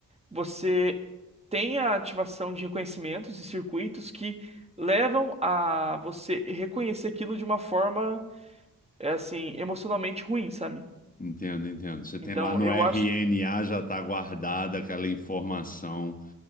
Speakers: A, on the right; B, on the left.
A: você tem a ativação de reconhecimentos e circuitos que levam a você reconhecer aquilo de uma forma, é assim, emocionalmente ruim, sabe?
B: Entendo, entendo. Você tem
A: Então,
B: lá no
A: eu
B: RNA
A: acho.
B: já está guardada aquela informação